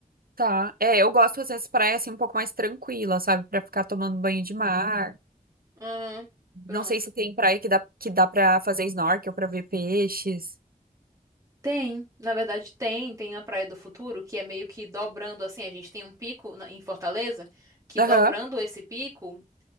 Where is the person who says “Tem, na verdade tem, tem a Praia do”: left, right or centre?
Right